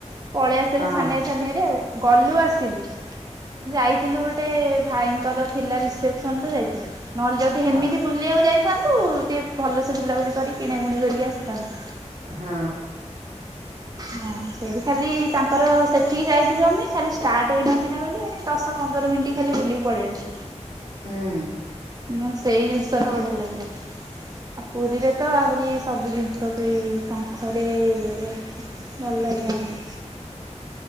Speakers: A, on the right; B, on the right.
A: ପଳେଇ ଆସିଲୁ
B: ହଁ
A: ଛାନିଆ ଛାନିଆରେ ଆଉ ଗଲୁ ଆସିଲୁ। ଯାଇଥିଲୁ ଗୋଟେ ଭାଇଙ୍କର ଥିଲା ରିସେପସନ ତ ଯାଇଥିଲୁ ନହେଲେ ଯଦି ହେମିତି
B: ଅ
A: ବୁଲିବାକୁ ଯାଇଥାନ୍ତୁ ଟିକେ ଭଲସେ ବୁଲାବୁଲି କରି କିଣାକୁୁଣି କରିକି ଆସିଥାନ୍ତୁ।
B: ହଁ।
A: ହଁ ସେଇଠି ଖାଲି ତାଙ୍କର ସେଠିକି ଯାଇଥିଲୁ ଆମେ ଖାଲି ଷ୍ଟାର୍ଟ ହେଇନ ଥିଲା ବୋଲି ଦଶ ପନ୍ଦର ମିନିଟ ଖାଲି ବୁଲିକି ପଳେଇ ଯାଉଥି
B: ହୁଁ।
A: ନା ସେଇ ଜିନିଷ ର ବଢିଆ ଲାଗିବ। ଆଉ ପୁରୀରେ ତ ଆହୁରି ସବୁ ଜିନିଷ ସେଇ ଶଙ୍ଖରେ ଇଏରେ ଭଲ ଲାଗି ବନି।